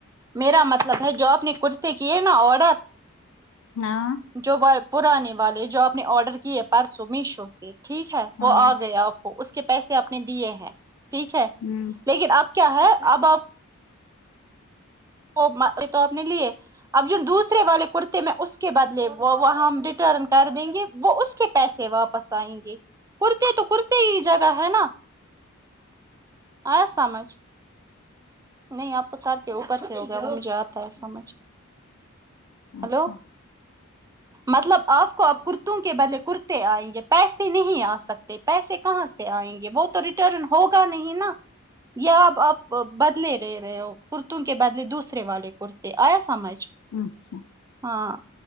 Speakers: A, on the right (about 15°); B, on the left (about 70°).
A: میرا مطلب ہے جو آپ نے کرتے کیے نا آڈر
B: ہاں
A: جو وی پرانے والے جو آپ نے آرڈر کیے پرسو میشو سے ٹھیک ہے
B: ہاں
A: وہ آ گئے آپ اس کے پیسے اپ نے دیے ہیں ٹھیک ہے
B: ہمم
A: لیکن اب کیا ہے اب آپ وہ یہ تو آپ نے لیے <unintelligible> اب ج دوسرے والے کرتے میں اس کے بدلے وہ وہ ہم ریٹرن کر دیں گے وہ اس کے پیسے واپس آئیں گے کرتے تو کرتے صحیح جگہ ہے نا آیا سمجھ نہیں آپ کو سر کے اوپر سے ہوگا وہ مجھے آتا ہے سمجھ ہلو
B: اچھا
A: مطلب آپ کو آپ کرتوں کے بدلے کرتے آئیں گے پیسے نہیں آ سکتے پیسے کہاں سے آئیں گے وہ تو ریٹرن ہوگا نہیں نا یا آپ آپ بدلے رہ رہے ہو کرتوں کے بدلے دوسرے والے کرتے آیا سمجھ
B: اچھا
A: ہاں